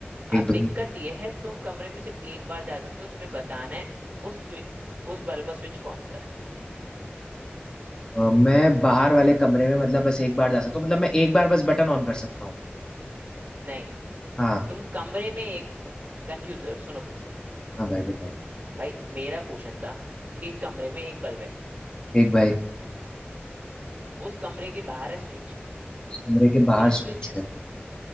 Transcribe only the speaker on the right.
अब दिक्कत
यह है तुम कमरे में सिर्फ एक बार जा सकते हो तुम्हें बताना है उस स्विच उस बल्ब का स्विच कौन सा है
नहीं
तुम कमरे में एक तुम कंफ्यूज हो सुनो फिर से
भाई मेरा क्वेश्चन था एक कमरे में एक बल्ब है
उस कमरे के बाहर है स्विच
तीन
स्विच